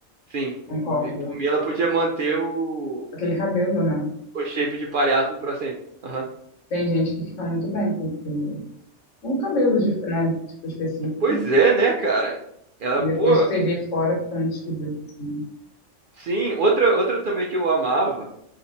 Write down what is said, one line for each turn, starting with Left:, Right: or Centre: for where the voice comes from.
Right: Sim, me-
Left: Concordo.
Right: por mim ela podia manter o,
Left: Aquele cabelo, né?
Right: o shape de palhaço pra sempre. Aham.
Left: Tem gente que fica muito bem com esse... Um cabelo, de, né? Tipo, específicos
Right: Pois é, né, cara? Ela,
Left: E
Right: pô.
Left: depois que você vê fora, fica muito esquisito, assim.
Right: Sim, outra, outra também que eu amava.